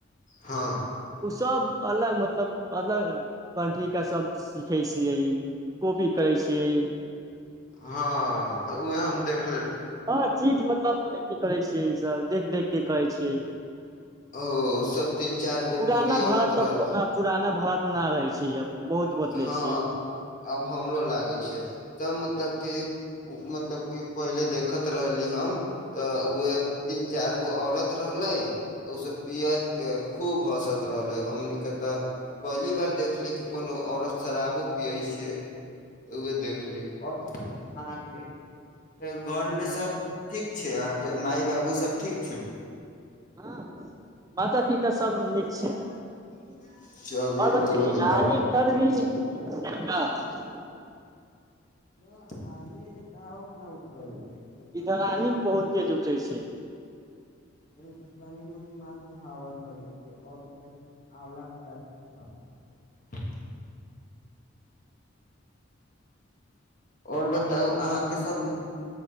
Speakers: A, on the left (about 40°); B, on the right (about 20°).
A: हँ
B: ओसभ अलग मतलब अलग कन्ट्रीके सभ सीखै छियै कॉपी करै छियै
A: हँ तऽ उहै हम देख
B: हँ चीज मतलब अथी करै छियै जे सब देख देख के कहै छियै
A: ओ सब तीन चारि गो
B: पुराना
A: बूढ़ी औरत
B: भारत तऽ
A: रहल
B: ओना पुराना भारत न रहै छै अब बहुत बदलै
A: हँ
B: छियै
A: आब हमरो लागै छै तब मतलब के मतलब क पहले देखैत रहली हम तऽ उह तीन चार गो औरत रहले पियैत के खूब हँसत रहले हमने तऽ पहली बार देखली कि कोनो औरत शराबो पियै छियै तऽ उहे देखली आओर अहाँके घरमे सब ठीक छै अहाँके माय बाबू सब ठीक छौ
B: हँ माता पिता सब
A: <unintelligible>
B: नीक छै आओर बतैयै न आनी उधर भी <unintelligible>
A: न आनी एनै कहाँ ओतना उखरल छै
B: <unintelligible>
A: एतना तऽ तनी मनी एने <unintelligible> आओर बताउ अहाँके सभ